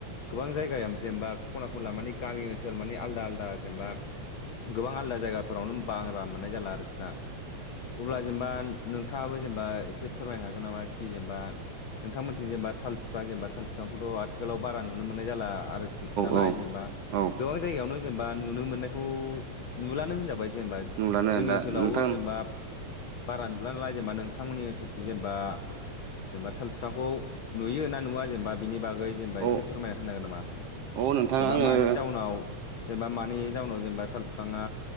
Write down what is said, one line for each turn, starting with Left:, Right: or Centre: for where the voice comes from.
Left: गोबां जायगायाव जेनबा खना खनला मानानि गामि ओनसोल ओनसोल मानि आलदा आलदा जेनेबा गोबां आलदा जायगाफोरावनो बारा मोननाय जाला आरोखि। ना अब्ला जेनेबा नोंथाङाबो जेनेबा एसे फोरमायनो हागोन नामा कि जेनेबा नोंथांमोनथि जेनब साल बिफां जेनब साल बिफांखौथ' आथिखालाव बारा नुनो मोननाय जाला। आरोखि नालाय
Right: औ
Left: जेनेबा
Right: औ।
Left: गोबां जायगायावनो जेनेबा नुनो मोननायखौ नुलानो होनजाबाय। जेनेबा
Right: नुलानो
Left: जोंनि
Right: दा
Left: ओनसोलावबो
Right: नोंथां
Left: जेनेबा बारा नुला नलाय जेनेबा नोंथांमोननि ओनसोलथिं जेनेबा जेनेबा साल बिफाखौ नुयो ना नुवा जेनेबा बिनि बागै जेनेबा
Right: औ
Left: एसे फोरमायना होनांगोन नामा
Right: औ नोंथां
Left: जेनेबा
Right: आङो
Left: मानि उनाव जेनेबा मानि जाउनाव जेनेबा साल बिफाङा